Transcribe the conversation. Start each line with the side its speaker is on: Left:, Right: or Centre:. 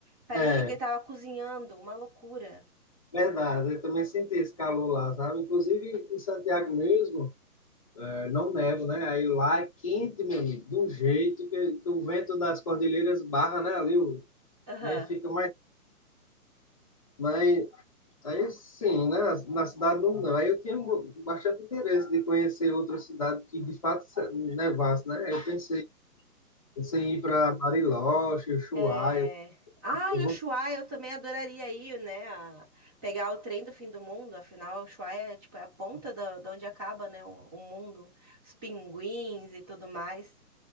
Right: parecia
Left: É,
Right: que ele tava cozinhando, uma loucura.
Left: verdade, eu também senti esse calor lá, sabe? Inclusive em Santiago mesmo, é, não neva, né? Aí lá é quente, meu amigo, de um jeito que, que o vento das cordilheiras barra, né? Ali o
Right: Aham,
Left: E aí fica mais. mais aí sim, né? Na cidade não, não. Aí eu tinha um bastante interesse de conhecer outra cidade que de fato se- nevasse, né? Eu pensei, pensei em ir para Bariloche, Ushuaia.
Right: É... Ah,
Left: Eu
Right: e
Left: vou
Right: Ushuaia, eu também adoraria ir, né? a- Pegar o trem do fim do mundo, afinal, Ushuaia, é, tipo, é a ponta da da onde acaba, né? O, o mundo, os pinguins e tudo mais.